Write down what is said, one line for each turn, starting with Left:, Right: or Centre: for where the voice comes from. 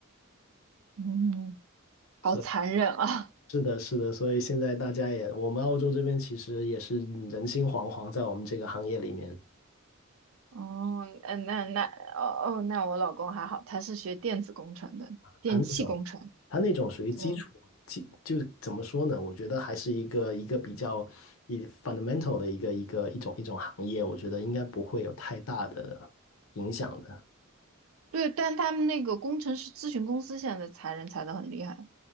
Right: 嗯，好残忍啊，
Left: 所以是的，是的，所以现在大家也，我们澳洲这边其实也是人心惶惶，在我们这个行业里面。
Right: 哦，嗯，那那哦哦，那我老公还好，他是学电子工程的，电气工程，
Left: 它那种，它那种属于基础，
Right: 对。
Left: 基就怎么说呢？我觉得还是一个一个比较一 fundamental 的一个一个一种一种行业，我觉得应该不会有太大的影响的。
Right: 对，但他们那个工程师咨询公司现在裁人裁得很厉害。